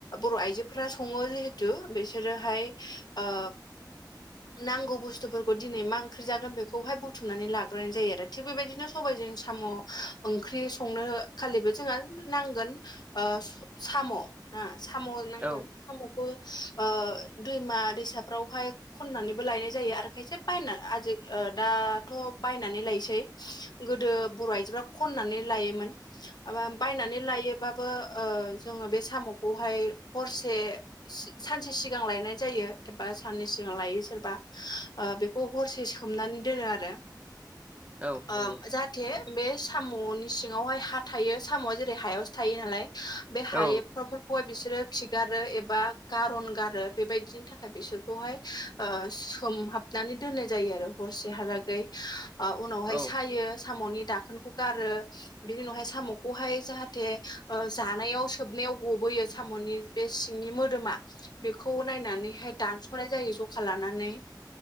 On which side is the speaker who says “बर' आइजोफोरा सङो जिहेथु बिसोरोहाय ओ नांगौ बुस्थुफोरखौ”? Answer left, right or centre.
Left